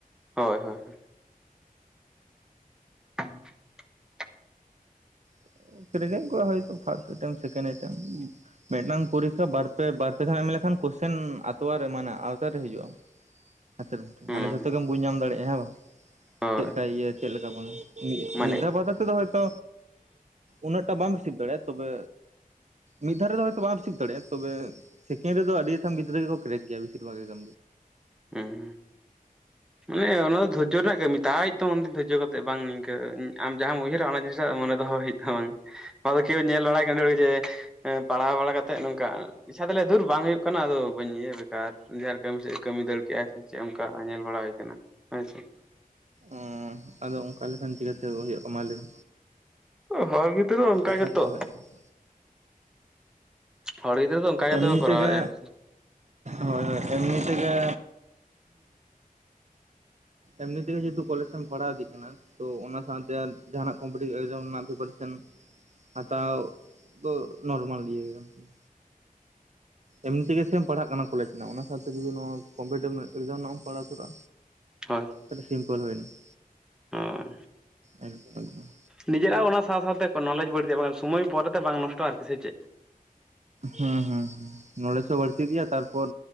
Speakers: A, in the centre; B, on the right.
A: ᱦᱳᱭ ᱦᱳᱭ <unintelligible>
B: <unintelligible> ᱢᱤᱫᱴᱟᱝ ᱯᱚᱨᱤᱠᱷᱟ ᱵᱟᱨ ᱯᱮ ᱫᱷᱟᱣ ᱮᱢ ᱞᱮᱠᱷᱟᱱ ᱠᱚᱥᱪᱮᱱ ᱟᱛᱣᱟᱨ ᱨᱮ ᱢᱟᱱᱮ ᱟᱣᱛᱟᱨ ᱨᱮ ᱦᱤᱡᱩᱜᱼᱟ᱾ ᱦᱟᱛᱮ ᱢᱩᱴᱟᱱ
A: ᱦᱮᱸ
B: ᱡᱷᱚᱛᱚ ᱜᱮᱢ ᱵᱩ ᱧᱟᱢ ᱫᱟᱲᱮᱭᱟᱜᱼᱟ ᱦᱮᱸ ᱵᱟᱝ
A: ᱦᱳᱭ
B: ᱪᱮᱫᱞᱮᱠᱟ ᱤᱭᱟᱹ ᱪᱮᱫᱞᱮᱠᱟ ᱵᱟᱝ
A: ᱢᱟᱱᱮ
B: ᱢᱤᱫ ᱫᱷᱟᱣ ᱵᱟᱨ ᱫᱷᱟᱣ ᱛᱮᱫᱚ ᱦᱚᱭᱛᱳ ᱩᱱᱟᱹᱜᱴᱟ ᱵᱟᱢ ᱨᱤᱥᱤᱵᱷ ᱫᱟᱲᱮᱭᱟᱜᱼᱟ ᱛᱚᱵᱮ ᱢᱤᱫ ᱫᱷᱟᱣ ᱨᱮ ᱫᱚ ᱦᱭᱛᱚ ᱵᱟᱢ ᱨᱤᱥᱩᱵᱷ ᱫᱟᱲᱮᱭᱟᱜᱼᱟ ᱛᱚᱵᱮ ᱥᱮᱠᱮᱱᱰ ᱨᱮᱫᱚ ᱟᱹᱰᱤᱛᱚᱢ ᱜᱤᱫᱽᱨᱟᱹ ᱜᱮᱠᱚ ᱠᱨᱮᱠ ᱜᱮᱭᱟ ᱵᱮᱥᱤᱨ ᱵᱷᱟᱜᱽ ᱮ ᱜᱮ
A: ᱦᱮᱸ ᱢᱟᱱᱮ ᱚᱱᱟ ᱫᱚ ᱫᱷᱳᱨᱡᱚ ᱨᱮᱱᱟᱜ ᱠᱟᱹᱢᱤ ᱛᱟᱭᱟᱣ ᱛᱟᱢ ᱩᱱᱫᱤᱱ ᱫᱷᱳᱨᱡᱚ ᱠᱟᱛᱮᱫ ᱵᱟᱝ ᱱᱤᱝᱠᱟᱹ ᱟᱢ ᱡᱟᱦᱟᱸᱢ ᱩᱭᱦᱟᱹᱨᱟ ᱚᱱᱟ ᱡᱤᱱᱤᱥ ᱢᱚᱱᱮ ᱫᱚᱦᱚ ᱦᱩᱭᱩᱜ ᱛᱟᱢ ᱵᱟᱝ ᱱᱚᱣᱟ ᱫᱚ ᱠᱮᱣ ᱧᱮᱞ ᱵᱟᱲᱟᱭ ᱠᱟᱱ ᱡᱮ ᱯᱟᱲᱦᱟᱣ ᱵᱟᱲᱟ ᱠᱟ ᱠᱟᱛᱮᱫ ᱱᱚᱝᱠᱟ ᱟᱪᱪᱷᱟ ᱛᱟᱞᱮ ᱫᱩᱨ ᱵᱟᱝ ᱦᱩᱭᱩᱜ ᱠᱟᱱᱟ ᱟᱫᱚ ᱵᱟᱹᱧ ᱤᱭᱟᱹᱭᱟ ᱵᱮᱠᱟᱨ ᱠᱟᱹᱢᱤ ᱥᱮᱫ ᱮ ᱠᱟᱹᱢᱤ ᱫᱟᱹᱲ ᱠᱮᱜᱼᱟ ᱥᱮ ᱪᱮᱫ ᱚᱱᱠᱟ ᱧᱮᱞ ᱵᱟᱲᱟ ᱦᱩᱭ ᱦᱚᱭ ᱥᱮ
B: ᱚ ᱟᱫᱚ ᱚᱱᱠᱟ ᱞᱮᱠᱟᱱ ᱪᱤᱠᱟᱹᱛᱮ ᱦᱩᱭᱩᱜᱼᱟ᱾ ᱢᱟ ᱞᱟᱹᱭ ᱢᱮ
A: ᱚᱸ ᱦᱚᱲ ᱜᱤᱫᱽᱨᱟᱹ ᱚᱱᱠᱟ
B: ᱞᱮᱠᱟ
A: ᱜᱮᱛᱚ᱾
B: ᱫᱚ ᱵᱟᱝ ᱦᱩᱭᱩᱜᱼᱟ
A: ᱦᱚᱲ ᱜᱤᱫᱽᱨᱟᱹ ᱫᱚ ᱚᱱᱠᱟ ᱜᱮᱛᱚ
B: ᱮᱢᱱᱤ
A: ᱠᱚ ᱠᱚᱨᱟᱣᱮᱫᱼᱟ
B: ᱛᱮᱜᱮ
A: ᱵᱮᱥᱤ᱾
B: ᱦᱳᱭ ᱦᱳᱭ ᱮᱢᱱᱤ ᱛᱮᱜᱮ ᱮᱢᱱᱤ ᱛᱮᱜᱮ ᱡᱮᱦᱛᱩ ᱠᱚᱞᱮᱡ ᱮᱢ ᱯᱟᱲᱦᱟᱣ ᱤᱫᱤᱜ ᱠᱟᱱᱟ ᱛᱚ ᱚᱱᱟ ᱥᱟᱶᱛᱮ ᱡᱟᱦᱱᱟᱜ ᱠᱚᱢᱯᱤᱴᱤᱵᱽ ᱮᱠᱡᱟᱢ ᱨᱮᱱᱟᱜ ᱯᱨᱤᱯᱟᱨᱮᱥᱮᱱ ᱦᱟᱛᱟᱣ ᱫᱚ-᱾ ᱱᱚᱨᱢᱟᱞ ᱤᱭᱟᱹ ᱠᱟᱱ ᱜᱤᱭᱟᱹ᱾ ᱮᱢᱱᱤ ᱛᱮᱜᱮᱥᱮᱢ ᱯᱟᱲᱦᱟᱜ ᱠᱟᱱᱟ ᱠᱚᱞᱮᱡᱽ ᱨᱮᱱᱟᱜ ᱚᱱᱟ ᱥᱟᱶᱛᱮ ᱡᱚᱫᱤ ᱱᱚᱣᱟ ᱠᱚᱢᱯᱤᱴᱤᱵᱷ ᱮᱠᱡᱟᱢ ᱨᱮᱱᱟᱜ ᱮᱢ ᱯᱟᱲᱟᱣ ᱩᱛᱟᱹᱨᱼᱟ᱾
A: ᱦᱳᱭ
B: ᱟᱹᱰᱤ ᱥᱤᱢᱯᱚᱞ ᱦᱩᱭᱮᱱᱟ ᱾
A: ᱩᱸ
B: ᱮᱠᱫᱚᱢ ᱮᱠᱫᱚᱢ
A: ᱱᱤᱡᱮᱨᱟᱜ ᱚᱱᱟ ᱥᱟᱶ ᱥᱟᱶᱛᱮ ᱱᱚᱞᱮᱡᱽ ᱵᱟᱹᱲᱛᱤᱜᱼᱟ ᱵᱟᱝᱠᱷᱟᱱ ᱥᱚᱢᱚᱭ ᱯᱚᱨᱮᱛᱮ ᱵᱟᱝ ᱱᱚᱥᱴᱚᱜᱼᱟ ᱟᱨᱠᱤ᱾ ᱥᱮ ᱪᱮᱫ?
B: ᱦᱮᱸ ᱦᱮᱸ ᱱᱚᱞᱮᱡᱽ ᱦᱚᱸ ᱵᱟᱹᱲᱛᱤ ᱤᱫᱤᱜ-ᱟ᱾ ᱛᱟᱨᱯᱚᱨ